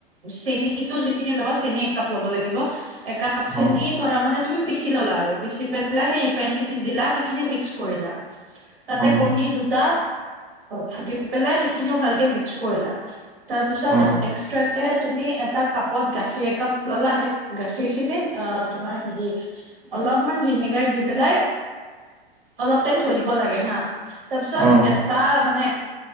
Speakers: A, on the right; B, in the centre.
A: চেনটো যিখিনি ল'বা চেন একাপ ল'ব লাগিব। একাপ চেনি
B: উম,
A: ধৰা মানে তুমি পিচি ললা আৰু পিচি পেলাই সেই ৰিফাইন খিনি দিলা সেইখিনি মিক্স কৰিলা। তাতে
B: উম,
A: কণী দুটা ভাগি পেলাই সেইখিনিও ভালকে মিক্স কৰিলা। তাৰপিছত
B: উম,
A: এক্সট্ৰাক কে, তুমি এটা কাপত গাখীৰ একাপ ললা সেই গাখীৰ খিনিত অ তোমাৰ হেৰি অলপমান ভিনেগাৰ দি পেলাই অলপ টাইম থৈ দিব লাগে হা। তাৰপিছত
B: উম,
A: এটা মানে এ